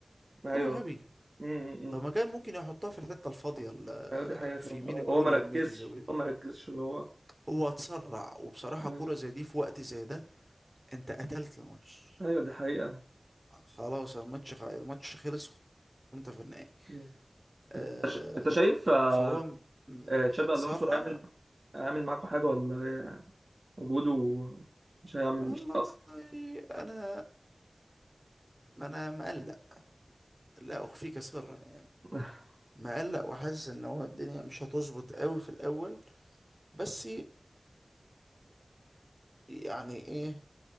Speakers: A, on the right; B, on the right.
A: ايوه
B: هو غبي
A: م- م-
B: طب
A: م.
B: ما كان ممكن يحطها في الحته الفاضيه ال-
A: ايوه دي حقيقة
B: في
A: فعلا
B: يمين
A: هو
B: الجون
A: هو ما
B: يميته
A: ركزش
B: زاويه
A: هو ما ركزش اللي هو
B: هو اتسرع وبصراحة
A: آه،
B: كورة زي دي في وقت زي ده انت قتلت الماتش
A: ايوه دي حقيقة
B: خلاص الماتش خ- الماتش خلص وانت في النهائي
A: مم.
B: آه
A: انت ش- انت شايف آه،
B: فهو م- م-
A: آه، تشابي
B: اتسرع
A: الونسو هيعمل هيعمل معاكم حاجة ولا وجوده مش هيعمل
B: والله
A: مش اصلا
B: انا ما انا مقلق لا اخفيك سرا يعني
A: <laughs>
B: مقلق وحاسس ان هو الدنيا مش هتظبط قوي في الاول بس يعني ايه